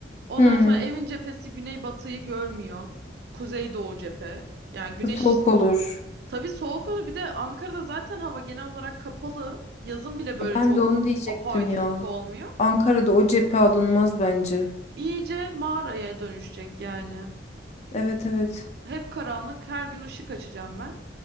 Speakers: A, on the right; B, on the left.
A: Ondan
B: Hmm.
A: sonra evin cephesi güney batıyı görmüyor. Kuzey doğu cephe. Yani güneş
B: Soğuk olur.
A: Tabii soğuk olur. Bir de Ankara'da zaten hava genel olarak kapalı. Yazın bile böyle
B: Ben
A: çok
B: de onu diyecektim
A: apaydınlık
B: ya.
A: olmuyor.
B: Ankara'da o cephe alınmaz bence.
A: İyice mağaraya dönüşecek yani.
B: Evet evet.
A: Hep karanlık, her gün ışık açacağım ben.